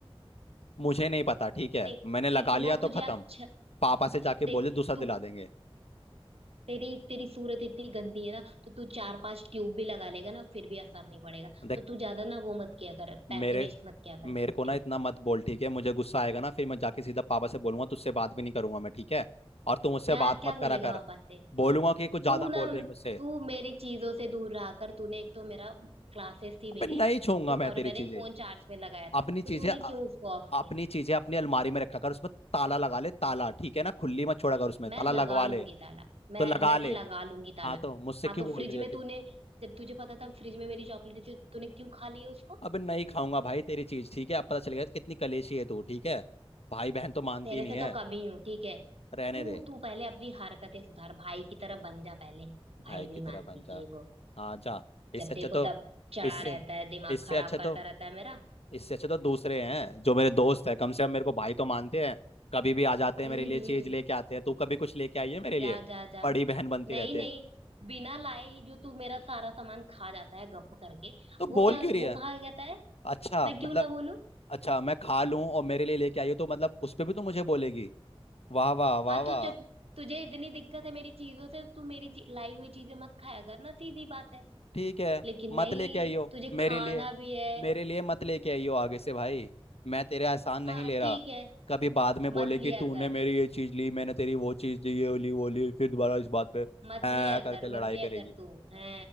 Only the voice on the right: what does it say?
नहीं
इतना
तुझे
अच्छा
देख
तू
तेरी तेरी सूरत इतनी गंदी है ना तो तू चार पांच ट्यूब भी लगा लेगा ना फिर भी असर नहीं पड़ेगा
तो तू ज्यादा ना वो मत किया कर पैसे
वेस्ट मत किया कर
खुद
पे
क्या
क्या
बोलेगा
पापा से
तू ना
तू मेरी चीजों से दूर रहा कर तूने एक तो मेरा क्लासेस थी
मेरी
तो
और
मैंने
फोन चार्ज पे लगाया था
तो तूने
क्यों उसको ऑफ किया
मैं
लगा
लूंगी
ताला मैं
मैं
लगा लूंगी ताला
हाँ
तो
फ्रिज
में
तूने जब तुझे पता था फ्रिज में मेरी चॉकलेट थी तो तूने क्यों खा ली है उसको
तेरे
से
तो
कम ही हूँ ठीक है
तू
तू पहले अपनी हरकतें सुधार भाई की तरह बन जा पहले भाई
नहीं
मानती
ये वो
जब
देखो
तब चढ़ा
रहता है दिमाग
खराब
करता रहता है मेरा
हम्म
हम्म
जा जा जा
नहीं
नहीं
बिना लाए ही जो तू मेरा सारा सामान खा जाता है गप करके
वो
क्या
वो कहा जाता है
मैं क्यों
ना बोलूं
हाँ
तो
जब तुझे इतनी दिक्कत है मेरी चीजों से तू मेरी ची, लाई हुई चीजें मत खाया कर ना सीधी बात है
लेकिन
नहीं
तुझे
खाना
भी है
हाँ
ठीक है
मत लिया
कर
मत लिया
कर
मत लिया
कर तू है